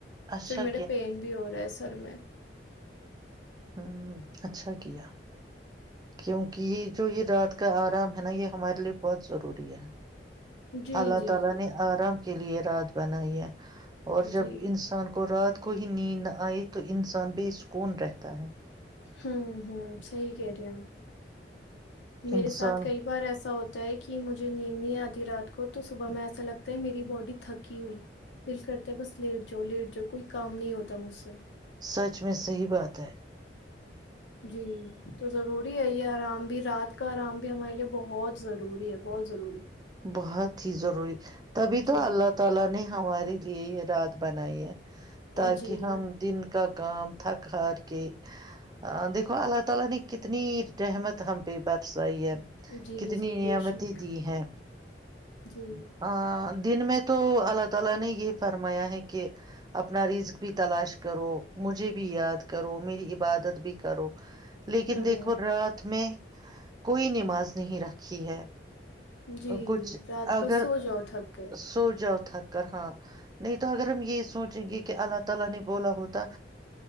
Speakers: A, on the right; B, on the left.
A: اچھا
B: پھر میرے پین بھی ہو رہا ہے سر میں
A: ہ اچھا کیا کیونکہ جو یہ رات کا آرام ہے نا یہ ہمارے لیے بہت ضروری ہے
B: جی
A: اللہ
B: جی
A: تعالا
B: جی
A: نے آرام کے لیے رات بنائی ہے اور جب
B: جی
A: انسان کو رات کو ہی نیند نہ آئی تو انسان بےسکون رہتا ہے
B: ہوں ہوں صحی کہہ رہی ہم میرے
A: انسان
B: ساتھ کئی بار ایسا ہوتا ہے کہ مجھے نیند نہیں آتی رات کو تو صبح میں ایسا لگتا ہے میری باڈی تھکی ہوئی دل کرتے ہے بس لیٹ جو ل جو کوئی کام نہیں ہوتا مجھ سے
A: سچ میں صحیح بات ہے
B: جی تو ضروری ہے یہ آرام بھی رات کا آرام بھی ہمارے لیے بہت ضروری ہے بہت ضروری
A: بہت ہی ضروری تبھی
B: جی
A: تو اللہ تعالا نے ہمارے لیے یہ رات بنائی ہے تاکہ
B: جی
A: ہم دن کا کا تھک ار کے دیکھو اللہ تعالا نے کتنی رحمت ہم بس آئی ہے
B: جی
A: کتنی
B: جی
A: نعمتی
B: بے شک
A: دی ہے
B: جی
A: ا دن میں تو اللہ تعالا نے یہ فرمایا ہے کہ اپنا رزک بھی تلاش کرو مجھے بھی یاد کرو میری عبادت بھی کرو لیکن
B: ہوں
A: دیکھو رات میں کوئی نماز نہیں رکھی ہے
B: جی
A: کچھ
B: رات
A: اگر
B: کو سو جاؤ تھک کر
A: سو جؤ تھک کر ہاں نہیں تو اگر ہم یہ سوچیں گے کہ اللہ تعالا نے بولا ہوتا